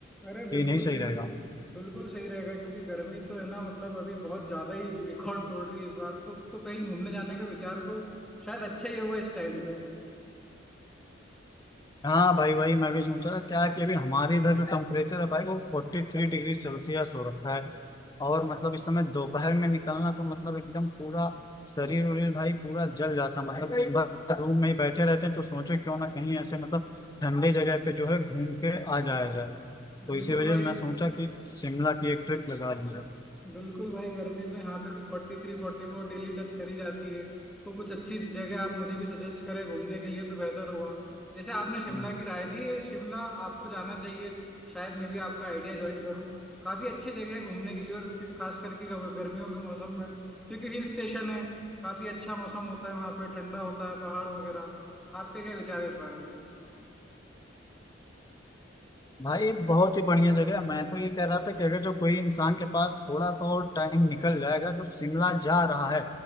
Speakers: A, in the centre; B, on the left.
A: अरे बिल्कुल
B: कि नहीं सही
A: देखो
B: रहेगा
A: बिल्कुल सही रहेगा क्योंकि गर्मी तो है ना मतलब अभी बहुत ज्यादा ही <laughs> रिकॉर्ड तोड़ रही है इस बार तो तो कहीं घूमने जाने का विचार तो शायद अच्छा ही होगा इस टाइम पे
B: हाँ भाई भाई मैं भी सोच रहा था क्या कि अभी हमारे इधर जो टेम्परेचर है भाई वो फोर्टी थ्री डिग्री सेल्सियस हो रखा है और मतलब इस समय दोपहर में निकलना तो मतलब एकदम पूरा शरीर उरीर भाई पूरा जल जाता मतलब बस रूम में ही बैठे रहते हैं तो सोचो क्यों ना कहीं ऐसे मतलब ठंडे जगह पे जो है घूम के आ जाया जाए तो
A: बिल्कुल
B: इसी वजह
A: भाई
B: से मैं सोचा कि शिमला की एक ट्रिप लगा ली
A: बिल्कुल भाई गर्मी तो यहाँ पे भी फोर्टी थ्री फोर्टी फोर डेली टच करी जाती है तो कुछ अच्छी जगह आप मुझे भी सजेस्ट करें घूमने के लिए तो बेहतर होगा जैसे आपने शिमला
B: जाए
A: की राय दी शिमला आपको जाना चाहिए शायद मैं भी आपका आइडिया ज्वाइन करूँ काफी अच्छी जगह है घूमने के लिए और फिर खास करके गर- गर्मियों के मौसम में क्योंकि हिल स्टेशन है काफी अच्छा मौसम होता है वहाँ पे ठंडा होता है पहाड़ वगैरह आपके क्या विचार है इस बारे में
B: भाई बहुत ही बढ़िया जगह है मैं तो ये कह रहा था कि अगर जो कोई इंसान के पास थोड़ा सा और टाइम निकल जाएगा जो शिमला जा रहा है